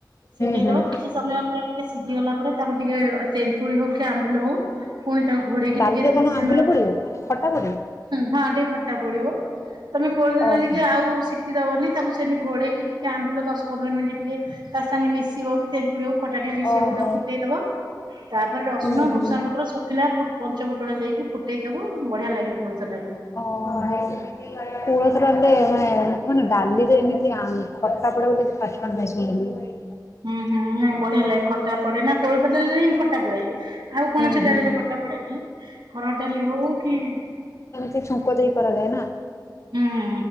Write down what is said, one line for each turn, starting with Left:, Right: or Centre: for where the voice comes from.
Right: ସିଝେଇଦବ
Left: ହୁଁ ହୁଁ।
Right: କିଛି ସମୟ ପୁରା ଟିକେ ସିଜି ଗଲା ପରେ ତାକୁ ଟିକେ ଏ ତେନ୍ତୁଳି ହଉ କି ଆମ୍ବୁଲ ହଉ। ପୁଣି ତାକୁ ଘୋଡେଇକି
Left: ଡାଲିରେ
Right: ଟିକେ କିଛି
Left: କଣ ଆମ୍ବୁଲ
Right: ସମୟ ହୁଁ,
Left: ପଡିବ ମାନେ ଖଟା ପଡେ?
Right: ହଁ, ଟିକେ ଖଟା ପଡିବ ତୋମେ କୋଳଥ
Left: ଓହୋ
Right: ଡାଲିକି ଆଉ ସି ଟି ଦବନି ତାକୁ ସେମିତି ଘୋଡେଇକି ଟିକେ ଆମ୍ବୁଲ ଦଶ ପନ୍ଦର ମିନିଟ୍ ଟିକେ ତା ସାଙ୍ଗେ ମିଶିବ କି ତେନ୍ତୁଳି ହଉ ଖଟା ଟେ ମିଶିବ
Left: ଓହୋ
Right: ବୋଲି ତାକୁ ଫୁଟେଇ ଦବ। ତାପରେ ରସୁଣ
Left: ହୁଁ ହୁଁ।
Right: ଭୃଷଙ୍ଗା ପତ୍ର ଶୁକିଲା ଫୁ ପଞ୍ଚ ଫୁଟଣ ଦେଇକି ଫୁଟେଇ ଦବ। ବଢିଆ ଲାଗେ କୋଳଥ ଡାଲିଟା।
Left: ଓ ହୋ, କୋଳଥ ଡାଲି ଟା ଏ ମାନେ ଏ ନା ମାନେ ଡାଲିରେ ଏମିତି ଆଁ, ଖଟା ପଡେ ଆଜି ଫାଷ୍ଟ ଟାଇମ୍ ପାଇଁ ଶୁଣିଲି।
Right: ହୁଁ, ହୁଁ, ନାଇଁ ବଢିଆ ଲାଗେ ଖଟା ପଡେ ନା କୋଳଥ ଡାଲିରେ ହିଁ ଖଟା ପଡେ। ଆଉ କୌଣସି
Left: ହୁଁ ହୁଁ।
Right: ଡାଲିରେ ଖଟା ପଡେନି ହରଡ ଡାଲି ହଉ କି
Left: ସେ ଛୁଙ୍କ ଦେଇ କରାଯାଏ ନା?
Right: ହୁଁ ହୁଁ